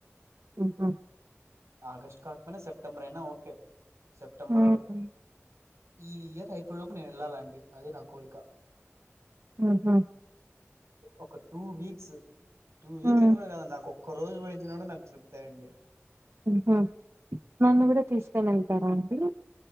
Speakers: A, on the right; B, on the right.
A: ఆహ
B: ఆగస్ట్ కాకపోయినా సెప్టెంబర్ ఐనా ఓకే సెప్టెంబరు
A: ఉమ్
B: ఈ ఇయర్ అయిపోయే లోపు నేను వెళ్ళాలండి అదే నా కోరిక
A: ఆహా
B: ఒక టూ వీక్స్ టూ వీక్స్
A: హ్మ్
B: అని కూడా కాదండి నాకు ఒక్క రోజు పోయిచ్చిన కూడా నాకు తృప్తే నండి
A: ఆహా నన్ను కూడా తీసుకోని వెళ్తారా అండి